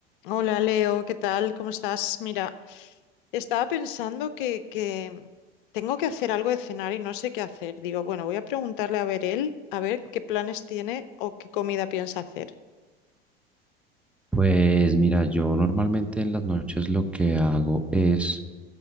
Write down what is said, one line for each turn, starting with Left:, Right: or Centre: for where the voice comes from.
Left: Hola Leo, ¿qué tal? ¿Cómo estás? Mira, estaba pensando que, que tengo que hacer algo de cenar y no sé qué hacer. Digo, bueno, voy a preguntarle a ver él, a ver qué planes tiene o qué comida piensa hacer.
Centre: Pues mira, yo normalmente en las noches lo que hago es,